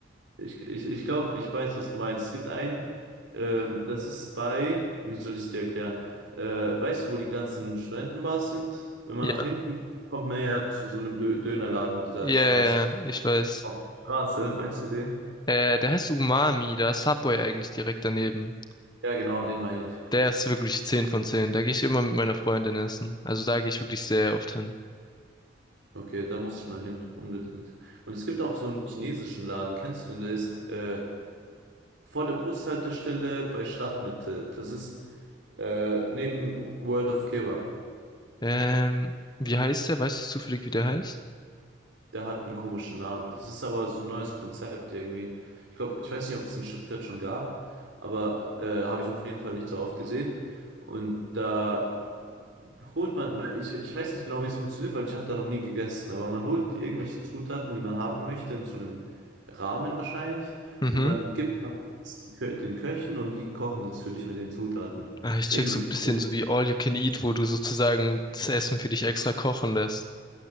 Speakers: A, on the right; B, on the left.
A: ich, ich, ich glaube, ich weiß, was du meinst. Es gibt einen, ähm, das ist bei, wie soll ich es dir erklären? Äh, weißt du, wo die ganzen Studentenbars sind? Wenn man
B: ja,
A: nach hinten geht, kommt man ja zu so einem Dö Dönerladen dieser
B: ja,
A: Straße.
B: ja, ja, ich weiß.
A: Auf der Straße, meinst du den?
B: Äh, der heißt Umami, da ist Subway eigentlich direkt daneben.
A: Ja, genau, den meine ich.
B: Der ist wirklich 10 von 10. Da gehe ich immer mit meiner Freundin essen. Also da gehe ich wirklich sehr oft hin.
A: Okay, da muss ich mal hin, unbedingt. Und es gibt auch so einen chinesischen Laden, kennst du den? Der ist äh, vor der Bushaltestelle bei Stadtmitte. Das ist äh, neben World of Kebab.
B: Ähm, wie heißt der? Weißt du zufällig, wie der heißt?
A: Der hat einen komischen Namen. Das ist aber so ein neues Konzept irgendwie. Ich glaube, ich weiß nicht, ob es in Stuttgart schon gab, aber äh, habe ich auf jeden Fall nicht so oft gesehen. Und da holt man, man- ich, ich weiß nicht genau, wie es funktioniert, weil ich habe da noch nie gegessen, aber man holt irgendwelche Zutaten, die man haben möchte, in so einem Rahmen wahrscheinlich.
B: Mhm.
A: Und dann gibt man es die Kö- den Köchen und die kochen das für dich mit den Zutaten.
B: Ah, ich check
A: Irgendwie.
B: so ein bisschen
A: so.
B: so wie All You Can Eat, wo du sozusagen das Essen für dich extra kochen lässt.